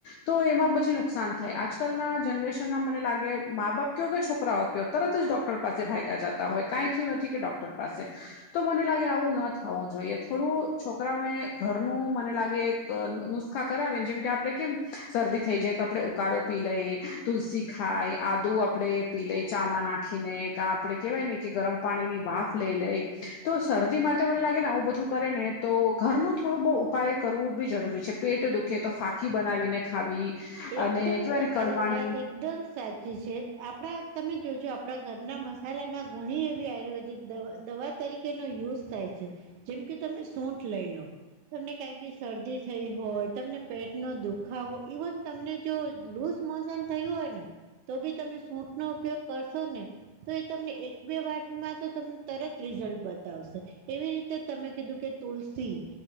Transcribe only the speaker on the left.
તો એમાં પછી નુકસાન થાય આજકાલના જનરેશન ના મને લાગે મા બાપ કયો કે છોકરાઓ કયો તરત જ ડોક્ટર પાસે ભાયગ્યા જતા હોય કાંઈ થયું નથી કે ડોક્ટર પાસે તો મને લાગે આવું ના થવું જોઈએ થોડું છોકરાઓને ઘરનું મને લાગે એક નુસ્ખા કરાવે જેમ કે આપડે કેમ શરદી થઈ જાય તો આપડે ઉકાળો પી લઈ તુલસી ખાય આદુ આપડે પી લઈ ચામા નાખીને કા આપણે કેહેવાય ને કે ગરમ પાણી ની વાફ લઈ લઈ તો શરદી માટે મને લાગે ને આવું બધું કરે ને તો ઘરનું થોડું બહુ ઉપાય કરવું બી જરૂરી છે પેટ દુખે તો ફાંકી બનાવીને ખાવી
અને કેવાય
ને કડવાણી